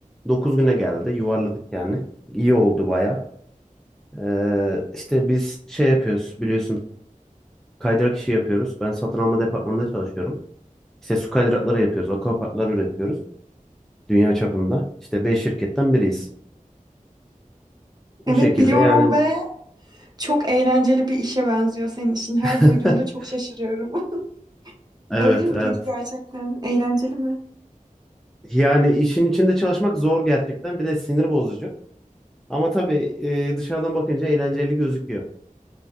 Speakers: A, in the centre; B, on the right.
A: 9 güne geldi. Yuvarladık yani. İyi oldu baya. Ee, işte biz şey yapıyoruz biliyorsun. Kaydırak işi yapıyoruz. Ben satın alma departmanında çalışıyorum. İşte su kaydırakları yapıyoruz. Akvaparklar üretiyoruz. Dünya çapında. İşte 5 şirketten biriyiz. Bu
B: Evet
A: şekilde
B: biliyorum
A: yani
B: ve çok eğlenceli bir işe benziyor senin işin. Her
A: <laughs>
B: duyduğumda çok şaşırıyorum. <laughs>
A: Evet,
B: Öyle mi
A: evet.
B: peki gerçekten? Eğlenceli mi?
A: Yani işin içinde çalışmak zor gerçekten. Bir de sinir bozucu. Ama tabii e, dışarıdan bakınca eğlenceli gözüküyor.